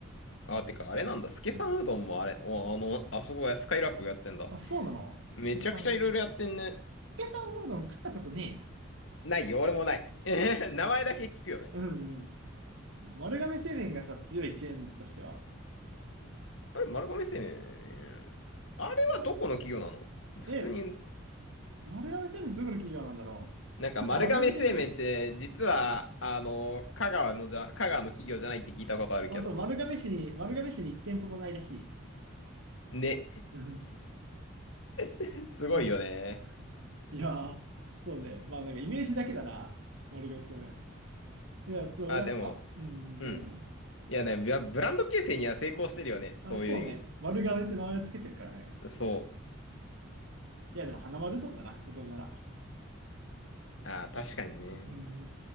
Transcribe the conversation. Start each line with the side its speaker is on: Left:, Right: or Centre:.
Left: あ、てか、あれなんだ。スケさんうどんもあれ、
Right: うん。
Left: おあの、あそこや、スカイラークやってんだ。
Right: あ、そうなの計算、
Left: めちゃくちゃいろいろやってんね。
Right: 計算うどん食ったことね
Left: ないよ、俺もない。<laughs> えへへ名前だけ聞くよね。
Right: え。うんうん。丸亀製麺がさ、強いチェーンとしては。
Left: あれ、丸亀製麺。あれはどこの企業なの普通に、
Right: で、丸亀製麺どこの企業なんだろう。
Left: なんか丸亀製麺って、
Right: 確か丸亀製麺、
Left: 実は、あの、香川のじゃ、香川の企業じゃないって聞いたことあるけど。
Right: あ、そう、丸亀市に、丸亀市にいっ店舗もないらしい。
Left: ね。
Right: <laughs> うん
Left: <laughs> すごいよね。
Right: うん。いやー、そうね。まあなんかイメージだけだな。丸亀製麺。いや、そう、
Left: あ、
Right: 俺は、
Left: でも、
Right: あ、うん、
Left: うん。
Right: 何に
Left: いやね、ブラブランド形成には成功してるよね。
Right: あ、
Left: そういう意
Right: そうね。丸亀って名前をつけてるからね。
Left: 味。そ
Right: いや、でも花丸うどんだな、うどんなら。
Left: う。あー、確かにね。
Right: うんうん。